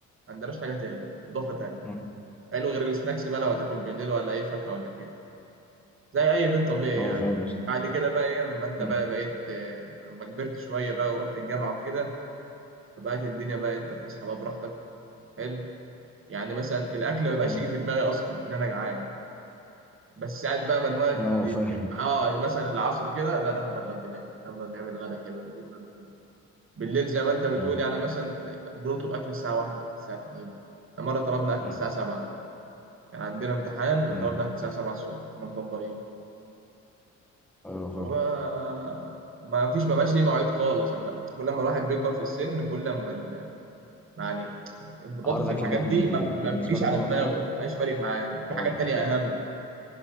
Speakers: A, on the right; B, in the centre.
A: ما عندناش حاجة تاني إضافة تانية
B: مم.
A: حلو غير السناكس بقى لو هتاكل بالليل ولا أي فاكهة ولا كده زي أي بيت طبيعي
B: أه
A: يعني
B: فاهم قصدك.
A: بعد كده بقى إيه أما أنت
B: مم.
A: بقى بقيت آه، أما كبرت شوية بقى ورحت الجامعة وكده فبقت الدنيا بقى أنت بتصحى بقى براحتك حلو يعني مثلا الأكل ما بقاش
B: مم.
A: يجي في دماغي أصلا إن أنا جعان بس قاعد بقى ما دماغك
B: أه
A: ت-
B: فاهم
A: ت- اه مثلا العصر كده لا ده احنا ما اتغديناش يلا نعمل غدا حلو نجيب غدا حلو بالليل زي ما انت بتقول
B: مم.
A: يعني مثلا بنطلب اكل الساعه واحدة الساعه 2 مره طلبنا اكل
B: مم.
A: الساعه 7 كان عندنا امتحان وطلبنا
B: مم.
A: اكل الساعه 7 الصبح كنا مطبقين
B: أه فاهم
A: وما ما فيش ما بقاش ليه مواعيد خالص اما كل ما الواحد بيكبر في السن كل ما ال- يعني انضباطه
B: حوار الأكل
A: في الحاجات
B: ده
A: دي
B: بي...
A: ما ما
B: بيبقى
A: بتجيش
B: بالنسبة له
A: على
B: اللي هو
A: دماغه
B: فاهم
A: ما بقاش فارق معاه في
B: أه
A: حاجات تانية اهم
B: أه.